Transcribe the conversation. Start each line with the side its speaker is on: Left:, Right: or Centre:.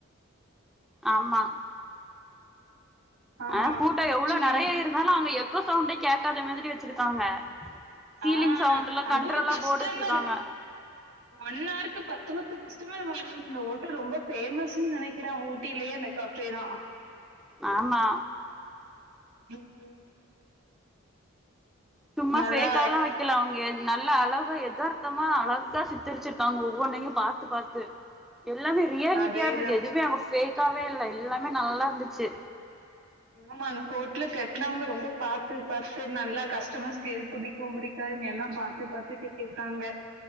Centre: ஆமா
Right: ஆமா
Centre: ஆஹ், கூட்டம் எவ்வளவு
Right: சும்
Centre: நிறைய இருந்தாலும் அங்க எ க்கு சவுண்டே கேட்காத மாதிரி வச்சிருக்காங்க, சீலிங்
Right: ஆஹ்
Centre: சவுண்ட்லா
Right: அது
Centre: கண்ட்ரோலா
Right: கஷ்டமர்
Centre: போர்டு வச்சிருக்காங்க
Right: ஒன்னாருக்கு பத்து பத்து க சத்தமே வராது இந்த ஓட்டம் ரொம்ப பேமஸ்ன்னு, நினைக்கிறே ஊட்டிலயே அந்த கபே தா
Centre: ஆமா
Right: உ உம்
Centre: சும்மா
Right: நல்லா
Centre: ஃபக் ல்லாம் வைக்கல அவங்க நல்லா அளவு எதார்த்தமா அழகா சித்தரிச்சிருக்காங்க, ஒவ்வொன்னையும் பாத்து பார்த்து எல்லாமே ரியாலிட்டியா
Right: அதேதா
Centre: இருந்தது எதுவுமே அங்க போக்கவே இல்ல எல்லாமே நல்லா இருந்துச்சு
Right: ஆமா அந்த கோட்டுல கெட்டநவங்க ரொம்ப பா பத்து நல்லா கஷ்ட் த்த ஸ்கேல் பிடிக்கும் புடிக்காது என்ல்ல பார் இது பத்து கிட்டி இருக்காங்க